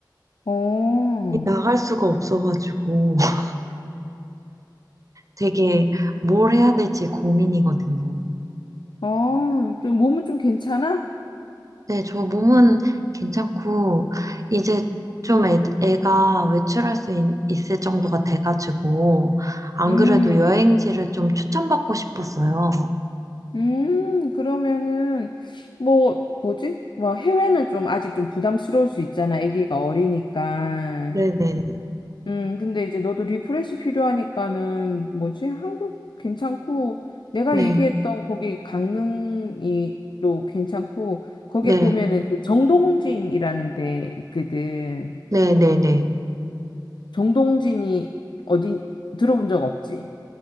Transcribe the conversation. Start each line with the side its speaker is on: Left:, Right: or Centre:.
Left: 어.
Right: 이 나갈 수가 없어가지고, <laughs> 되게 뭘 해야 될지 고민이거든요.
Left: 어, 좀 몸은 좀 괜찮아?
Right: 네, 저 몸은 괜찮고, 이제 좀 애, 애가 외출할 수 있, 있을 정도가 돼가지고, 안
Left: 음,
Right: 그래도 여행지를 좀 추천받고 싶었어요.
Left: 음, 그러면은, 뭐, 뭐지? 뭐, 해외는 좀 아직 좀 부담스러울 수 있잖아. 아기가 어리니까.
Right: 네네네.
Left: 음, 근데 이제 너도 리프레시 필요하니까는, 뭐지? 한국 괜찮고, 내가
Right: 네,
Left: 얘기했던 거기 강릉이 또 괜찮고, 거기
Right: 네.
Left: 보면은 그 정동진이라는 데 있거든.
Right: 네네네.
Left: 정동진이 어디 들어본 적 없지?